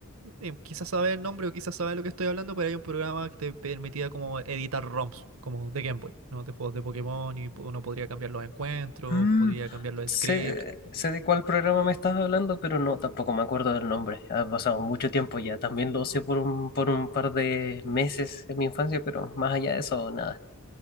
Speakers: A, on the right; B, on the left.
A: eh, quizás sabe el nombre o quizás sabe lo que estoy hablando, pero hay un programa que te permitía como editar ROMs, como de Game Boy, ¿no? De juegos de Pokémon y po- uno podría cambiar los encuentros,
B: Mm,
A: podría cambiar los
B: sé,
A: scripts.
B: sé de cuál programa me estás hablando, pero no, tampoco me acuerdo del nombre. Ha pasado mucho tiempo ya. También lo usé por un, por un par de meses en mi infancia, pero más allá de eso, nada.